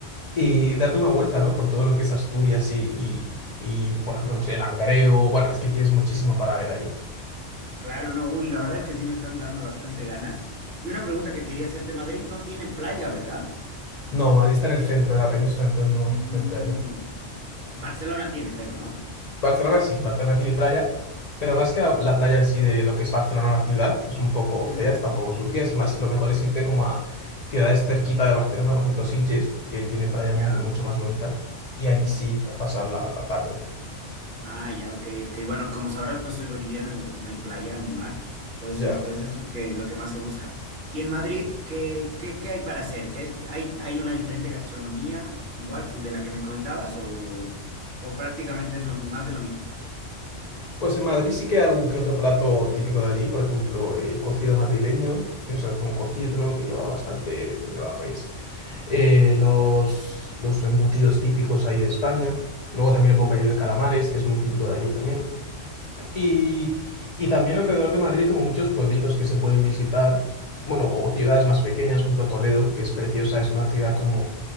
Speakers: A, on the left; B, on the right.
A: y darte una vuelta, ¿no? Por todo lo que es Asturias y, y, y, por ejemplo, no sé, el Langreo. Bueno, es que tienes muchísimo para ver ahí.
B: Claro, no, uy, la verdad es que sí me están dando bastante ganas. Y una pregunta que quería hacerte, Madrid no tiene playa, ¿verdad?
A: No, Madrid está en el centro de la península, entonces no,
B: Mm,
A: no hay playa.
B: Barcelona tiene, pero, ¿no?
A: Barcelona sí, Barcelona tiene playa, pero más que la, la playa en sí de lo que es Barcelona, la ciudad, que es un poco
B: Ujú,
A: fea, está un poco sucia, es más, lo mejor es irte como a ciudades cerquita de Barcelona, por ejemplo, Sitges, que tiene playa
B: Ya.
A: muy, mucho más bonita, y allí sí, va a pasar la, la tarde.
B: Ah, ya, ok, ok. Bueno, como sabrás, pues soy boliviano y aquí no hay playa ni mar. Entonces,
A: Ya.
B: pues es lo que, lo que más se busca. Y en Madrid, ¿qué, qué, qué hay para hacer? ¿Qué, hay, hay una diferente gastronomía, igual que de la que me comentabas, o, o prácticamente es lo, más de lo mismo?
A: Pues en Madrid sí que hay algún que otro plato típico de allí, por ejemplo, el cocido madrileño, que eso es un cocido, ¿no? que lleva bastante, lleva pues eh, los, los embutidos típicos ahí de España. Luego también
B: Mm,
A: el bocadillo de calamares, que es muy típico de allí también. Y, y también alrededor de Madrid hay como muchos pueblitos que se pueden visitar, bueno, o ciudades más pequeñas, por ejemplo Toledo, que es preciosa, es una ciudad como